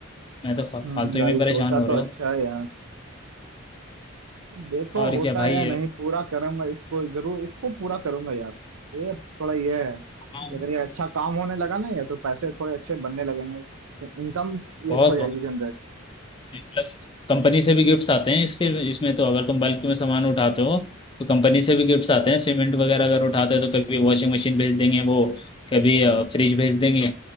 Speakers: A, on the left; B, on the right.
A: मैं तो फा-
B: हम्म,
A: फालतू
B: भाई
A: ही में परेशान
B: सोचा
A: हो
B: तो
A: रहे
B: अच्छा
A: हो
B: है यार देखो
A: और
B: होता
A: क्या भाई
B: है या नहीं पूरा करूंगा इसको जरूर इसको पूरा करूंगा यार ये थोड़ा ये है कि
A: हाँ
B: अगर ये अच्छा काम होने लगा ना ये तो पैसे थोड़े अच्छे बनने लगेंगे इनकम ये
A: बहुत
B: हो जाएगी जनरेट
A: प्लस कंपनी से भी गिफ्ट्स आते हैं इसके इसमें तो अगर तुम बल्क में सामान उठाते हो तो कंपनी से भी गिफ्ट्स आते हैं सीमेंट वगैरह अगर उठाते हो तो कभी वॉशिंग मशीन भेज देंगे वो कभी फ्रिज भेज देंगे